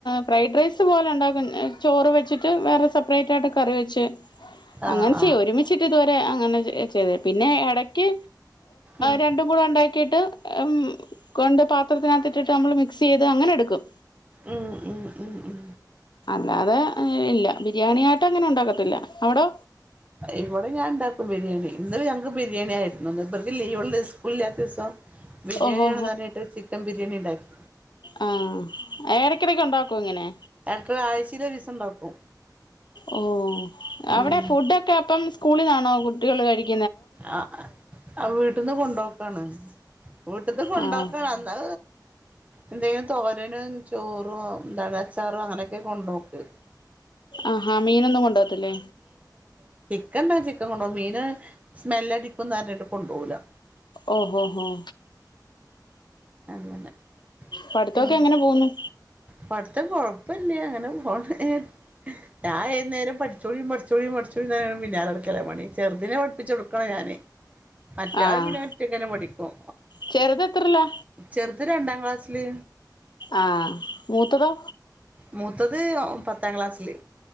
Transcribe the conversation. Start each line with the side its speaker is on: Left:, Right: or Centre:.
Left: ഫ്രൈഡ് റൈസ് പോലെ ഉണ്ടാക്കും ചോറ് വെച്ചിട്ട് വേറെ സെപ്പറേറ്റ് ആയിട്ട് കറി വെച്ച്
Right: ആഹ്
Left: അങ്ങനെ ചെയ്യോ
Right: ആഹ്
Left: ഒരുമിച്ചിട്ട് തോ അങ്ങനെ ചെ ചെയ്തെ പിന്നെ എടയ്ക്ക്
Right: ഉം
Left: രണ്ടും കൂടെ ഉണ്ടാക്കിട്ട് മ് കൊണ്ട് പ പാത്രത്തിനകത്തിട്ട്ട്ട് നമ്മള് മിക്സ് ചെയ്ത് അങ്ങനെ എടുക്കും
Right: ഉം ഉം ഉം ഉ
Left: അത് അങ്ങനെയില്ല ബിരിയാണിയായിട്ട് അങ്ങനെ ഒണ്ടാക്കത്തില്ല അവിടോ
Right: ഇവിടെ ഞാൻ ണ്ടാക്കും ബിരിയാണി ഇന്ന് ഞങ്ങക്ക് ബിരിയാണി ആയിരുന്നുന്ന് മൂപ്പർക്ക് ലീവള്ള സ്കൂളില്ലാത്ത ദിവസം ബിരിയാണിയാണ്
Left: ഓഹോ
Right: നനാറിഞ്ട്ട് ചിക്കൻ ബിരി ബിരിയാണി ഉണ്ടാക്കി
Left: ആ ഏടക്കെടക്ക് ഒണ്ടാക്കോ ഇങ്ങനെ
Right: ഇടക്ക് ആഴ്ചയിൽ ഒരു ദിവസം ഉണ്ടാക്കും
Left: ഓ അവിടെ
Right: ഉം
Left: ഫുഡ് ഒക്കെ അപ്പം സ്കൂളിലാണോ കുട്ടികൾ കഴിക്കു
Right: ആ ആ വീട്ട്ന്ന് കൊണ്ടപോക്കാണ് വീട്ടന്ന് കൊണ്ടുപോക്കാണ്
Left: ആഹ്
Right: ന്നാ എന്തെങ്കും തോരന് ചോറു ന്താണ് അ ച്ചാറ് അങ്ങനെയൊക്കെ കൊണ്ടുപോക്ക്ണ്ട്
Left: ആഹാ മീനൊന്നും കൊണ്ടാകത്തില്ലേ
Right: <unintelligible> ക്കൻ കൊണ്ടോകും മീന് സ്മെല്ല് അടിക്കുന്ന് പറഞ്ഞിട്ട് കൊണ്ടുപോവൂല്ലാ.
Left: ഓഹോ ഉം
Right: അങ്ങനെ
Left: പഠിത്തൊക്കെ
Right: പിന്നെ
Left: എങ്ങനെ പോന്നു?
Right: പഠിത്തം കൊഴപ്പല്ല്യ അങ്ങനെ പോണ് ഞാ ഏത് നേരോം പഠിച്ചോളീ പഠിച്ചോളീ പഠിച്ചോന്നറഞ്ഞു പിന്നാലെ നടക്കല്ലേ പണി ചെറുതിനെ പഠിപ്പിച്ചു കൊടുക്കണം ഞാന്. മറ്റാള്
Left: ആഹ്
Right: പിന്നെ ഒറ്റക്കനെ പഠിക്കും
Left: ചെറുത് എത്രയിലാ
Right: ചെറുത് രണ്ടാം ക്ലാസില്.
Left: ആഹ് മൂത്തതോ?
Right: മൂത്തത് പത്താം ക്ലാസ്സില്.